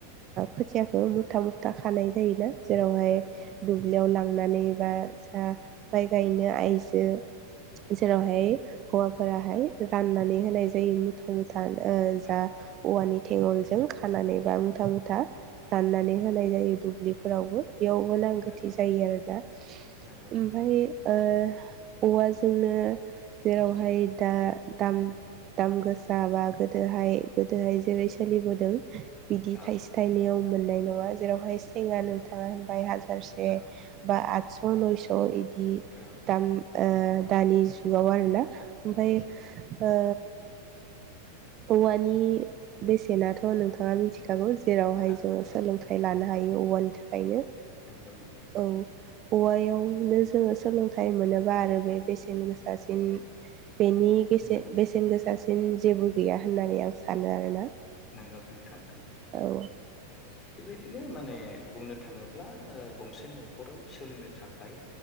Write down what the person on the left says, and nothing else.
नंगौ
नंगौ नंगौ
औ
नंगौ
नंगौ
नंगौ
औ
औ
औ
नंगौ
<inaudible>
औ
औ
नंगौ नंगौ
नंगौ
नंगौ नोंथां नंगौ
औ बेबायदिनो माने बुंनो थाङोब्ला ओ गंसे न'खराव सोलिनो थाखाय